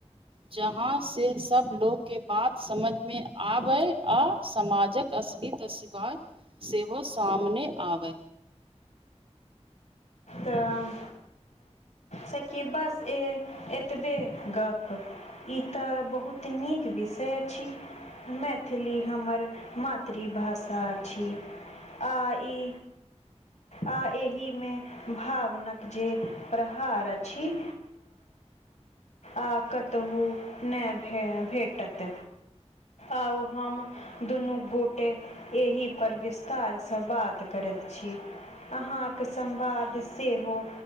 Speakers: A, on the right; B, on the left.
A: जहां से सब लोग के बात समझ में आबै आ समाजक असली तसी सेहो सामने आब
B: तऽ शकीबस ए एतबे गप ई तऽ बहुत नीक विषय अछि मैथिली हमर मातृभाषा अछि आ ई आ एहिमे भावनक जे प्रहार अछि आ कतहु नहि भे भेटत आउ हम दुनू गोटे एहिपर विस्तार सँ बात करैत छी अहाँ के संवाद सेहो